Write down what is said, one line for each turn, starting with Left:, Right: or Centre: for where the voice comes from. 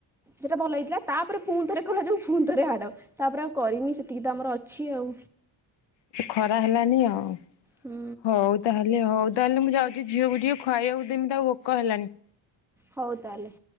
Centre: ସେଟା ଭଲ ହେଇଥିଲା ତାପରେ ପୁଣିଥରେ କଲା ଯଉ ପୁଣିଥରେ ହାଡ଼। ତାପରେ ଆଉ କରିନି ସେତିକି ତ ଆମର ଅଛି ଆଉ।
Left: ଖରା ହେଲାନି ଆଉ
Centre: ହୁଁ
Left: ହଉ ତାହେଲେ ହଉ ତାହେଲେ ମୁଁ ଯାଉଛି ଝିଅକୁ ଟିକେ ଖୁଆଇବାକୁ ଦେମୀ ତାକୁ ଭୋକ ହେଲାଣି।
Centre: ହଉ ତାହେଲେ